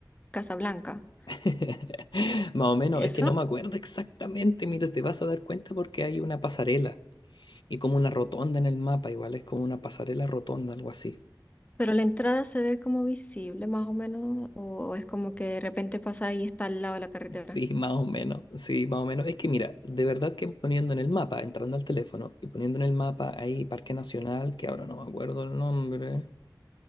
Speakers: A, on the left (about 20°); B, on the left (about 75°).
A: Casablanca.
B: <laughs> Más o menos,
A: Eso.
B: es que no me acuerdo exactamente, mira, te vas a dar cuenta porque hay una pasarela y como una rotonda en el mapa, igual es como una pasarela rotonda, algo así.
A: Pero la entrada se ve como visible más o menos o es como que de repente pasa y está al lado de la carretera.
B: Sí, más o menos, sí, más o menos. Es que mira, de verdad que poniendo en el mapa, entrando al teléfono y poniendo en el mapa ahí Parque Nacional, que ahora no me acuerdo el nombre.